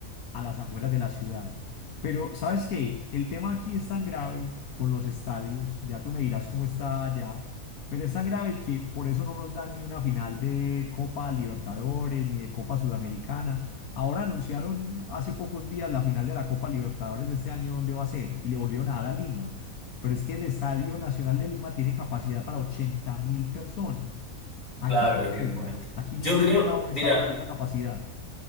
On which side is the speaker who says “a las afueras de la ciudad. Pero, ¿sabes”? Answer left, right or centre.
Left